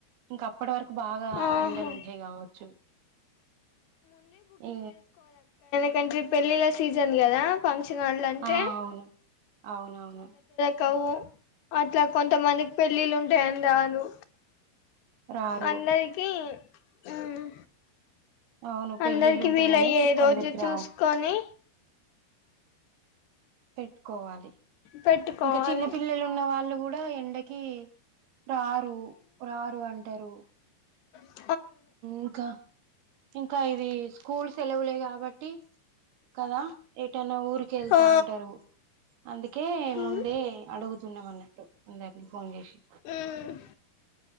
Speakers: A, on the right; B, on the left.
A: ఇంకా అప్పటి వరకు బాగా
B: ఆహా
A: ఎండలు ఉంటాయి కావచ్చు ఊ
B: పెంట్రి పెళ్ళిల సీజన్ కదా ఫన్ వచ్చినళ్ళ అంటే
A: ఆ అవును అవునవును
B: కవు అట్లా కొంతమందికి పెళ్ళిళ్ళ ఉంటాయని రాను
A: రారు
B: అందరికి ఉమ్
A: అవును పెళ్ళిళ్ళు
B: అందరికి
A: ఉంటాయని
B: వీల అయ్యే
A: కొందరికి
B: రోజు చూసుకొని
A: రావు పెట్టుకోవాలి
B: పెట్టుకోవాలి
A: ఇంకా చిన్న పిల్లలు ఉన్న వాళ్ళు కూడా ఎండకి రారు రారు అంటారు
B: అ
A: ఇంకా ఇంకా ఇది స్కూల్ సెలవులే కాబట్టి కదా ఎటైనా ఊరిక వెళ్తా
B: ఆ
A: అంటారు అందుకే
B: ఉమ్
A: ముందే అడుగు స్తున్నాం అన్నట్టు అందరిని ఫోన్ చేసి
B: ఉ